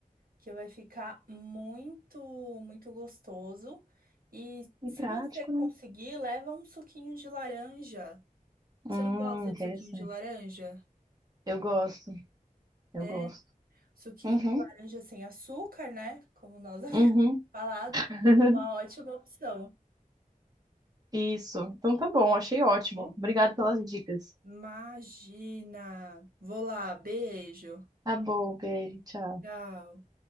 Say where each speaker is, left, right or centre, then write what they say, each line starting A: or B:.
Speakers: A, on the right; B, on the right.
A: que vai ficar muito, muito gostoso. E
B: E
A: se
B: prático,
A: você conseguir,
B: né?
A: leva um suquinho de laranja.
B: Hum,
A: Você não gosta
B: interessante.
A: de suquinho de laranja?
B: Eu gosto, eu
A: É,
B: gosto.
A: suquinho
B: Uhum,
A: de laranja sem açúcar, né? Como nós <laughs> havíamos
B: uhum.
A: falado,
B: <laughs>
A: é uma ótima opção,
B: Isso. Então tá bom, achei ótimo.
A: tá bom?
B: Obrigado pelas dicas.
A: Imagina! Vou lá, beijo.
B: Tá bom, beijo, tchau.
A: Tchau.